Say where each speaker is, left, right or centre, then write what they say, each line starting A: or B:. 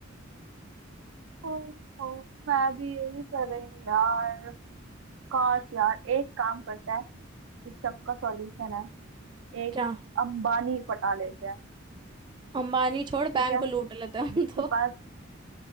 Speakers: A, on the right; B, on the right.
A: ओ, ओ, मैं भी यही कर रही हूँ यार काश यार एक काम करते हैं इस सब का सॉल्यूशन है एक
B: क्या
A: अंबानी पटा लेते हैं
B: अंबानी छोड़
A: ठीक
B: बैंक
A: है
B: को लूट लेते
A: जिसके
B: हैं हम तो
A: पास